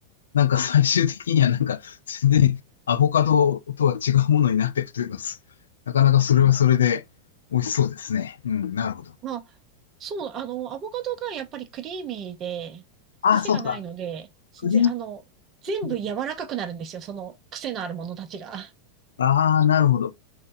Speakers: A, on the left; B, on the right.
A: なんか最終的にはなんか全然アボカドとは違うものになっていくというか、すなかなかそれはそれで美味しそうですね。うん、なるほど。
B: まあ、そう、あの、アボカドがやっぱりクリーミーで、
A: ああ、
B: 癖がないので、
A: そうか。
B: ぜあの、
A: クリ
B: 全部柔らかくなるんですよ。
A: ーム。
B: その癖のあるものたちが。
A: ああ、なるほど。